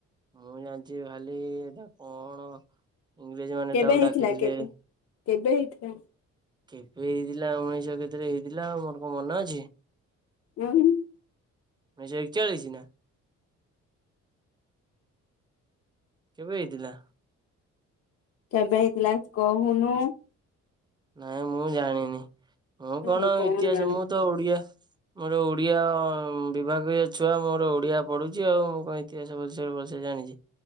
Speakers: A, on the right; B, on the left.
A: ମୁଁ ଜାଣିଛି ଖାଲି କଣ ଇଂରେଜ ମାନେ
B: କେବେ
A: ତାଙ୍କୁ
B: ହେଇଥିଲା
A: ଡାକିଥିଲେ
B: କେବେ କେବେ ହେଇଥିଲା?
A: କେବେ ହେଇଥିଲା ଉଣେଇଶହ କେତେରେ ହେଇଥିଲା, ଆଉ ମୋର କଣ ମନେ ଅଛି?
B: <unintelligible>
A: ଉଣେଇଶହ ଏକଚାଳିଶ ନା? କେବେ ହେଇଥିଲା?
B: କେବେ ହେଇଥିଲା କହୁନୁ?
A: ନାଇଁ ମୁଁ ଜାଣିନି, ମୁଁ କଣ
B: ଆଉ
A: ଇତିହାସ
B: ଜାଣିଛୁ
A: ମୁଁ ତ ଓଡିଆ ମୋର ଓଡିଆ ବିଭାଗୀୟ ଛୁଆ ମୋର ଓଡିଆ ପଢୁଛି ଆଉ, ମୁଁ କହି ଇତିହାସ ଭଲ ସେ ଭଲ ସେ ଜାଣିଛି,